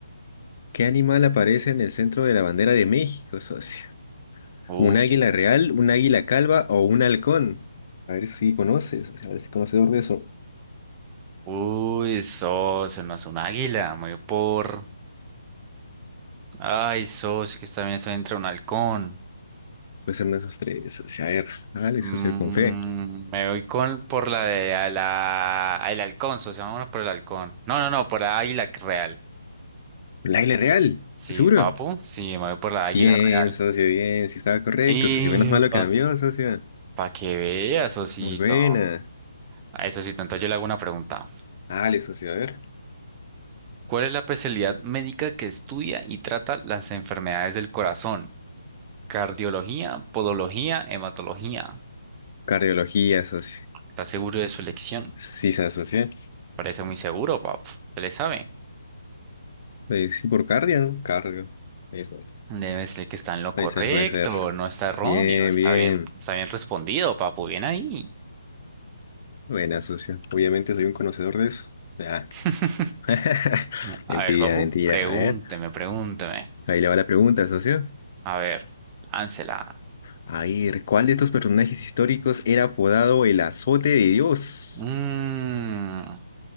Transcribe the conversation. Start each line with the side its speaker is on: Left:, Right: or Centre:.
Left: ¿Qué animal aparece en el centro de la bandera de México, socio?
Right: Uy,
Left: ¿Un águila real, un águila calva o un halcón? A ver si conoces, a ver si conocedor de eso.
Right: uy, socio, no es un águila, me voy por... Ay, socio, que está bien, está entre un halcón.
Left: Pues ser esos tres, socio. A ver, vale,
Right: Mm,
Left: socio, con fe.
Right: me voy con por la de a la, el halcón, socio, vámonos por el halcón. No, no, no, por la águila real.
Left: ¿Un águila real?
Right: Sí,
Left: ¿Estás seguro?
Right: papu, sí, me voy por la águila
Left: Bien,
Right: real.
Left: socio, bien, Si estaba correcto,
Right: Y
Left: socio. Menos malo cambió, socio.
Right: para que veas, Osito.
Left: Muy buena.
Right: A eso sí, entonces yo le hago una pregunta.
Left: Vale, socio, a ver.
Right: ¿Cuál es la especialidad médica que estudia y trata las enfermedades del corazón? Cardiología, podología, hematología.
Left: Cardiología, socio.
Right: ¿Estás seguro de su elección?
Left: Sí se asocia.
Right: Parece muy seguro, papu. ¿Se le sabe?
Left: Eh, sí, por cardio, ¿no? Cardio. Eso.
Right: Debe ser que está en lo
Left: Puede
Right: correcto,
Left: ser, puede ser.
Right: no está erróneo,
Left: Bien,
Right: está
Left: bien.
Right: bien, está bien respondido, papu, bien ahí.
Left: Buena, socio. Obviamente soy un conocedor de eso. Ah,
Right: <laughs>
Left: <laughs> Mentira,
Right: A ver, papu,
Left: mentira.
Right: pregúnteme,
Left: A ver,
Right: pregúnteme.
Left: ahí le va la pregunta, socio.
Right: A ver, láncela.
Left: A ver, ¿cuál de estos personajes históricos era apodado el azote de Dios?
Right: Mm,